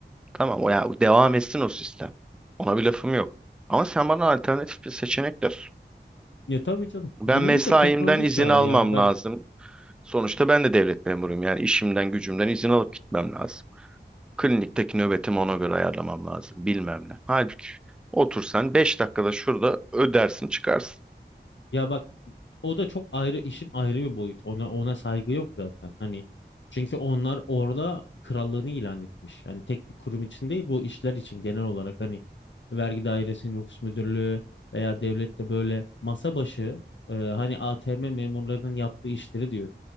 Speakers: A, in the centre; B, on the left.
A: Tamam o ya devam etsin o sistem. Ona bir lafım yok. Ama sen bana alternatif bir seçenek ver.
B: Ya tabii canım.
A: Ben
B: Günümüzde
A: mesaimden
B: teknoloji
A: izin
B: çağı
A: almam
B: yani ben
A: lazım. Sonuçta ben de devlet memuruyum yani işimden gücümden izin alıp gitmem lazım. Klinikteki nöbetimi ona göre ayarlamam lazım. Bilmem ne. Halbuki otursan 5 dakikada şurada ödersin çıkarsın.
B: ya bak o da çok ayrı işin ayrı bir boyut. Ona ona saygı yok zaten. Hani çünkü onlar orada krallığını ilan etmiş. Hani tek bir kurum için değil bu işler için genel olarak hani vergi dairesi, nüfus müdürlüğü veya devlette böyle masa başı e, hani ATM memurlarının yaptığı işleri diyor.